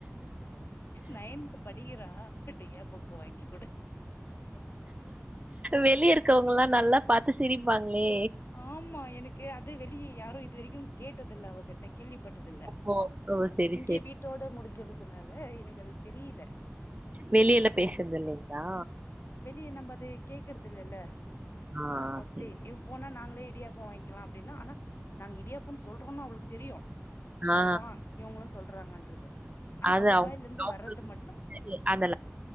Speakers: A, on the left; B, on the right.
A: நயன்த்து படிக்கிறா டியாபுக்கு வாங்கிகுடு
B: வெளிய இருக்கவங்கல்லா நல்லா பாத்து சிரிப்பாங்களே
A: ஆமா எனக்கு அது வெளிய யாரு இதுவரைக்கு கேட்டதில்ல அவகிட் ட கேள்விப்பட்டதில்ல
B: ஓஹோ ஓ சரி
A: இங்க
B: சரி
A: வீட்டோட முடிஞ்சுருதுனால எனக்கு அது தெரியல
B: வெளில பேசுறது இல்லைங்ளா
A: வெளிய நம்ப அத கேக்குறது இல்லல்ல
B: ஆ
A: மோஸ்ட்லி
B: சரி
A: போனா நாங்களே இடியாப்போ வாங்கிக்கிலா அப்டின்னா ஆனா நாங்க இடியாப்பன்னு சொல்றோன்னு அவளுக்கு தெரியு அதுதா
B: ஆ
A: இவங்களு சொல்றாங்கன்றது ஆனா
B: அது
A: அவ
B: அவுங்
A: வாய்ல இருந்து
B: அவுங்களுக்கு
A: வர்றது மட்டு
B: தெரிஞ்சது அந்த